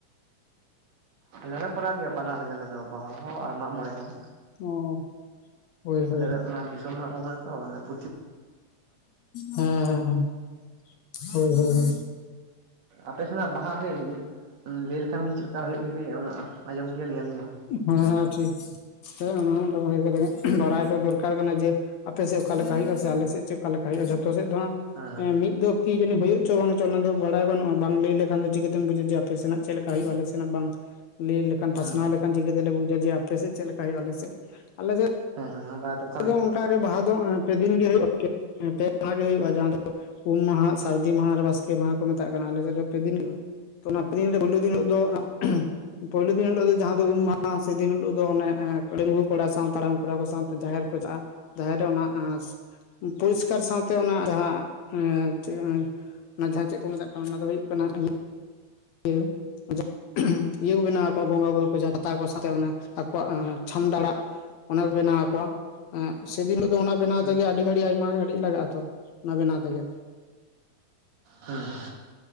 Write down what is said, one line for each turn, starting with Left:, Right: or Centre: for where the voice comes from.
Right: ᱟᱞᱮ ᱞᱮ ᱠᱚᱨᱟᱣ ᱜᱮᱭᱟ ᱵᱟᱱᱟᱨ ᱜᱮ ᱟᱞᱮ ᱫᱚ ᱵᱟᱦᱟ ᱦᱚᱸ ᱟᱨ ᱢᱟᱜ ᱢᱚᱬᱮ ᱦᱚᱸ
Left: ᱚ ᱦᱳᱭ ᱦᱳᱭ
Right: ᱟᱞᱮ ᱫᱚ ᱚᱱᱟ ᱫᱤᱥᱚᱢ ᱨᱮᱱᱟᱜ ᱢᱟᱜ ᱢᱚᱲᱮ ᱛᱚ <inaudible> ᱚᱱᱛᱮ
Left: ᱦᱮᱸ ᱦᱮᱸ ᱦᱳᱭ ᱦᱳᱭ ᱦᱳᱭ
Right: ᱟᱯᱮ ᱥᱮᱱᱟᱜ ᱵᱟᱦᱟ ᱠᱟᱹᱡ ᱞᱟᱹᱭ ᱞᱮᱠᱷᱟᱱ ᱵᱤᱱ ᱪᱮᱫ ᱞᱮᱠᱟ ᱦᱩᱭᱩᱜ ᱜᱮᱭᱟ ᱠᱟᱹᱡ ᱟᱸᱡᱚᱢ ᱠᱮᱭᱟᱞᱤᱧ ᱟᱹᱞᱤᱧ ᱦᱚᱸ
Left: ᱦᱮᱸ ᱦᱮᱸ ᱴᱷᱤᱠ ᱦᱮᱸ ᱚᱱᱟ ᱦᱚᱸ ᱢᱤᱫᱴᱟᱝ ᱵᱷᱟᱜᱮ <unintelligible> ᱵᱟᱲᱟᱭ ᱫᱚ ᱫᱚᱨᱠᱟᱨ ᱠᱟᱱᱟ ᱡᱮ ᱟᱯᱮᱥᱮᱫ ᱚᱠᱟᱞᱮᱠᱟ ᱦᱩᱭᱩᱜ ᱟ ᱥᱮ ᱟᱞᱮᱥᱮᱫ ᱪᱮᱫ ᱚᱠᱟᱞᱮᱠᱟ ᱦᱩᱭᱩᱜᱼᱟ, ᱡᱷᱚᱛᱚ ᱥᱮᱫ ᱫᱚ ᱦᱟ
Right: ᱦᱮᱸ ᱦᱮᱸ
Left: ᱢᱤᱫ ᱫᱚ ᱠᱤ ᱡᱟᱹᱱᱤ ᱦᱩᱭᱩᱜ ᱪᱚ ᱵᱟᱝ ᱪᱚ ᱚᱱᱟ ᱫᱚ ᱵᱟᱲᱟᱭ ᱵᱟᱹᱱᱩᱜᱼᱟ ᱵᱟᱝ ᱞᱟᱹᱭ ᱞᱮᱠᱷᱟᱱ ᱫᱚ ᱪᱤᱠᱟᱹᱛᱮᱢ ᱵᱩᱡᱟ ᱡᱮ ᱟᱯᱮ ᱥᱮᱱᱟᱜ ᱪᱮᱫ ᱞᱮᱠᱟ ᱦᱩᱭᱩᱜᱼᱟ ᱟᱞᱮ ᱥᱮᱱᱟᱜ ᱵᱟᱝ ᱞᱟᱹᱭ ᱞᱮᱠᱷᱟᱱ ᱯᱟᱥᱱᱟᱣ
Right: ᱦᱩᱸ
Left: ᱞᱮᱠᱷᱟᱱ ᱪᱤᱠᱟᱹᱛᱮᱞᱮ ᱵᱩᱡᱟ ᱡᱮ ᱟᱯᱮᱥᱮᱫ ᱪᱮᱫ ᱞᱮᱠᱟ ᱦᱩᱭᱩᱜᱼᱟ ᱟᱞᱮᱥᱮᱫ, ᱟᱞᱮᱥᱮᱫ
Right: ᱦᱮᱸ ᱦᱮᱸ <unintelligible>
Left: ᱟ ᱫᱚ ᱚᱱᱠᱟᱜᱮ ᱵᱟᱦᱟ ᱫᱚ ᱯᱮ ᱫᱤᱱ ᱜᱮ ᱦᱩᱭᱩᱜᱼᱟ ᱯᱮ ᱢᱟᱦᱟ ᱜᱮ ᱦᱩᱭᱩᱜᱼᱟ ᱡᱟᱦᱟᱸ ᱫᱚ ᱩᱢ ᱢᱟᱦᱟ ᱥᱟᱨᱫᱤ ᱢᱟᱦᱟ ᱟᱨ ᱵᱟᱥᱠᱮ ᱢᱟᱦᱟ ᱠᱚ ᱢᱮᱛᱟᱜ ᱠᱟᱱᱟ ᱟᱞᱮᱥᱮᱫ ᱫᱚ ᱯᱮ ᱫᱤᱱ ᱜᱮ ᱛᱚ ᱚᱱᱟ ᱯᱮ ᱫᱤᱱ ᱯᱳᱭᱞᱳ ᱫᱤᱱ ᱦᱤᱞᱳᱜ ᱫᱚ ᱯᱳᱭᱞᱳ ᱫᱤᱱ ᱦᱤᱞᱳᱜ ᱫᱚ ᱡᱟᱦᱟᱸ ᱫᱚ ᱩᱢ ᱢᱟᱦᱟ ᱥᱮᱫᱤᱱ ᱦᱤᱞᱳᱜ ᱫᱚ ᱚᱱᱮ ᱰᱟᱜᱩᱣᱟᱹ ᱠᱚᱲᱟ ᱥᱟᱶ ᱦᱟᱲᱟᱢ ᱠᱚᱲᱟ ᱠᱚ ᱥᱟᱶᱛᱮ ᱡᱟᱦᱮᱨ ᱪᱟᱜᱼᱟ ᱡᱟᱦᱟᱸᱨᱮ ᱚᱱᱟ ᱯᱚᱨᱤᱥᱠᱟᱨ
Right: ᱦᱩᱸ
Left: ᱥᱟᱶᱛᱮ ᱚᱱᱟ ᱡᱟᱦᱟᱸ ᱮ <unintelligible> ᱚᱱᱟ ᱡᱟᱦᱟᱸ ᱪᱮᱫ ᱠᱚ ᱢᱮᱛᱟᱜ ᱠᱟᱱᱟ ᱚᱱᱟ ᱫᱚ ᱦᱩᱭᱩᱜ ᱠᱟᱱᱟ ᱤᱭᱟᱹ <unintelligible> ᱤᱭᱟᱹ ᱠᱚ ᱵᱮᱱᱟᱣ ᱟᱠᱚ ᱵᱚᱸᱜᱟᱼᱵᱩᱨᱩ ᱠᱚ ᱡᱟᱦᱟᱸ ᱪᱷᱟᱛᱟ ᱠᱚ ᱥᱟᱶᱛᱮ ᱚᱱᱟ ᱟᱠᱚᱣᱟᱜ ᱪᱷᱟᱢᱰᱟᱲᱟᱜ ᱚᱱᱟ ᱠᱚ ᱵᱮᱱᱟᱣ ᱟᱠᱚᱣᱟ ᱮᱸ ᱥᱮᱫᱤᱱ ᱦᱤᱞᱳᱜ ᱫᱚ ᱚᱱᱟ ᱵᱮᱱᱟᱣ
Right: ᱦᱩᱸ
Left: ᱛᱮᱜᱮ ᱟᱹᱰᱤ ᱜᱷᱟᱹᱲᱤᱡ ᱟᱭᱢᱟ ᱜᱷᱟᱹᱲᱤᱡ ᱞᱟᱜᱟᱜᱼᱟ ᱛᱚ ᱚᱱᱟ ᱵᱮᱱᱟᱣ ᱛᱮᱜᱮ
Right: ᱦᱩᱸ ᱦᱩᱸ